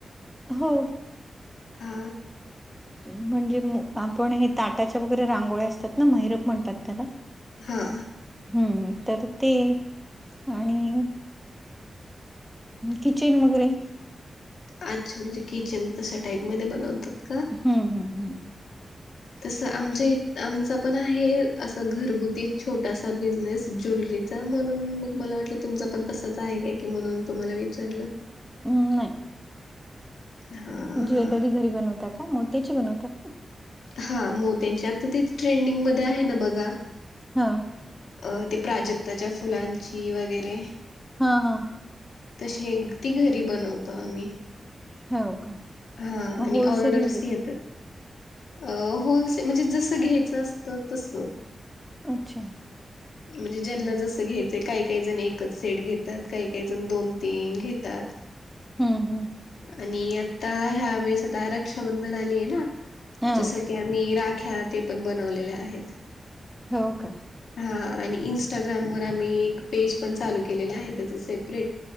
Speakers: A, in the centre; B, on the left (about 85°).
A: हो.
B: हा.
A: म्हणजे म आपण हे ताटाच्या वगैरे रांगोळ्या असतात ना, मैरप म्हणतात त्याला.
B: हा.
A: हम्म तर ते आणि किचन वगैरे.
B: अच्छा, म्हणजे किचन तशा टाईपमध्ये बनवतात का?
A: हम्म हम्म हम्म. <inaudible>
B: तसं आमच्या इ आमचा पण आहे. असं घरगुती छोटासा बिझनेस ज्वेलरी चा. म्हणून मग मला वाटलं तुमच पण तसंच आहे काय. म्हणून तुम्हाला विचारलं.
A: अम्म नाही.
B: हा
A: ज्वेलरी घरी बनवता का? मोत्याची बनवता का?
B: हा मोत्यांची. आता ते ट्रेंडिंगमध्ये आहे ना बघा.
A: हा.
B: अ ते प्राजक्ताच्या फुलांची वगैरे.
A: हा हा.
B: तशी एक ती घरी बनवतो आम्ही.
A: हो का?
B: हा
A: मग
B: आणि
A: होलसेलनी
B: ऑर्डर्स
A: देता
B: येतात. अ होलसे म्हणजे जसं घ्यायचं असतं तस.
A: अच्छा.
B: म्हणजे ज्यांना
A: हम्म
B: जसं घ्यायचंय. काही काही जण एकच सेट घेतात. काही काही जण दोन तीन घेतात.
A: हम्म हम्म.
B: आणि आता ह्या वेळेस आता रक्षाबंधन आलीय ना. त्याच्यासाठी
A: हा
B: ते आम्ही राख्या ते पण बनवलेल्या आहेत.
A: हो का
B: हा. आणि इन्स्टाग्राम वर- आम्ही एक पेज पण चालू केलेल आहे त्याच सेपरेट.